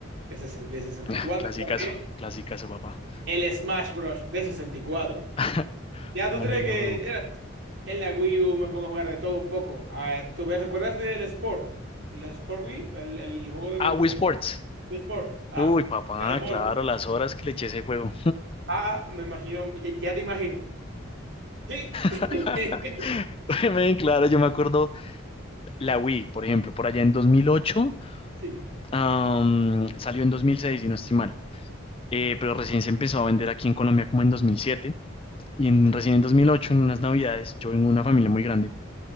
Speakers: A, on the right (about 55°); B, on the left (about 25°).
A: el 60 de sesenta
B: Ah,
A: y cuatro
B: Clasicazo,
A: también.
B: clasicazo, papá.
A: El Smash Bros. de sesenta y cuatro
B: <laughs>
A: Ya tú
B: También
A: tienes que.
B: lo juego.
A: era- en la Wii U me pongo a jugar de todo un poco. Ah, ¿tú ves- recuerdas del Sport? ¿El Sport Wii? ¿El, el juego de,
B: Ah,
A: de-
B: Wii Sports.
A: de Sport? Ah,
B: Uy, papá,
A: de deportes.
B: claro, las horas que le eché a ese juego.
A: Ah, me imagino, ya, ya te imagino. Sí, <laughs>
B: <laughs> Men, claro, yo me acuerdo la Wii, por ejemplo, por allá en 2008,
A: sí, sí,
B: am, salió en 2006, si no estoy mal, Eh, pero recién se empezó a vender aquí en Colombia como en 2007. Y en, recién en 2008, en unas navidades, yo vengo de una familia muy grande,